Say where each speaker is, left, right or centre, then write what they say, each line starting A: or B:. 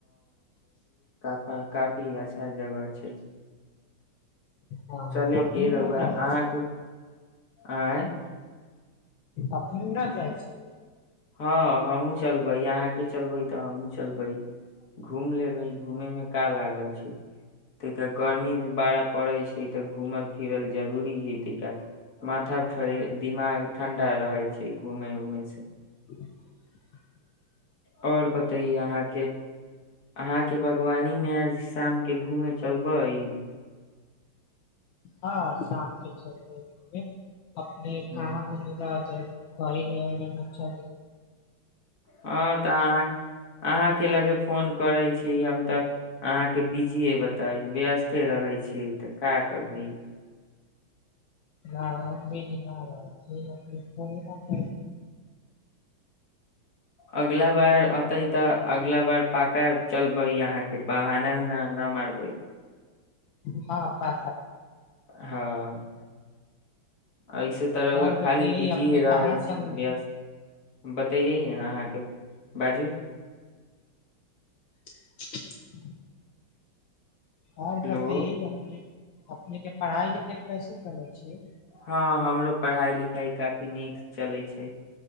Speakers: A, on the left; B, on the left.
A: का काफी अच्छा जगह छै
B: हँ
A: चले
B: अपने
A: के रहुआ
B: न जाइ
A: अहाँके
B: छी
A: आँ
B: अपने न जाइ छी
A: हँ हमहुँ चलबै अहाँ चलबै तऽ हमूँ चलबै घूम लेबै घूमे मे का लागल छै गर्मी मे बड़ा पड़ै छै तऽ घूमल फिरल जरूर घुमे के जा माथा थरे दिमाग ठण्ड रहे छै घूमे उमेै से
B: <unintelligible>
A: आओर बताइए अहाँके अहाँ के बागवानी में आज शाम के घूमे चलबै
B: हँ शाम के चलबै घुमे अपने
A: हँ
B: काज दजोगार कह नहि च <inaudible>
A: हँ तऽ अहाँ अहाँ के लगे फोन करैत छी हम तऽ अहाँके बिजीे बताब व्यस्ते रहै छीिय तऽ क करबै
B: ज नहि रहल छै अपरी
A: अगला बार अऔतै तऽ अगला बार पाका चलबै यहाँ के बहाना उना ना मारबै
B: ह हँ पा
A: हँ ऐसे तऽर‌उआ
B: और
A: खाली
B: बतैयै
A: बिजीे
B: अपने
A: रहै
B: कहाँ चल
A: छी व्यस्त बतैयै ने अहाँके बाजू
B: <unintelligible> आओर
A: हेलो
B: बतैए अपने अपनेके पढ़ाइ लिखाइ कैसे चलै छियै
A: हँ हमरो पढ़ाई लिखाई काफी नीक चलै छै